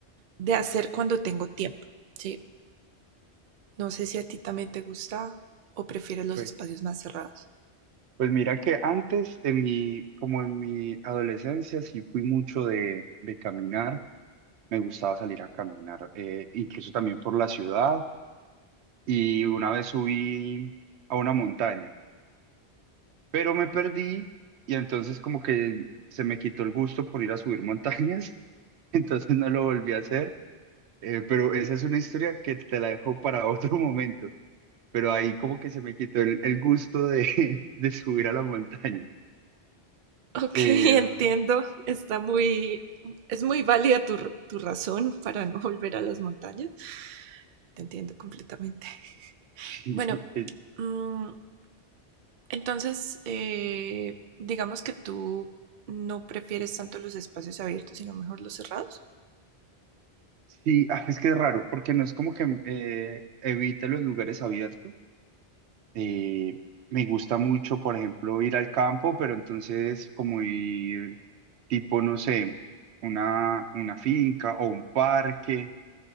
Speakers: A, on the right; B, on the right.
A: de hacer cuando tengo tiempo, ¿sí? No sé
B: Sí,
A: si a ti también te gusta o prefieres los
B: pues,
A: espacios más cerrados. <laughs>
B: pues mira que antes en mi, como en mi adolescencia sí fui mucho de, de caminar, me gustaba salir a caminar, eh, incluso también por la ciudad y una vez subí a una montaña. pero me perdí y entonces como que se me quitó el gusto por ir a subir montañas, <laughs> entonces no lo volví a hacer, eh, pero esa es una historia que te la dejo para <laughs> otro momento, pero ahí como que se me quitó el, el gusto de, <laughs> de subir a la montaña.
A: Ok,
B: Eh,
A: entiendo, está muy, es muy válida tu, tu razón para no volver a las montañas, te entiendo completamente.
B: <laughs>
A: Bueno,
B: sí, eh,
A: mm, entonces, eh, digamos que tú no prefieres tanto los espacios abiertos, sino mejor los cerrados.
B: sí, ah, es que es raro, porque no es como que eh, evite los lugares abiertos, Eh, me gusta mucho, por ejemplo, ir al campo, pero entonces como ir tipo, no sé, una, una finca o un parque,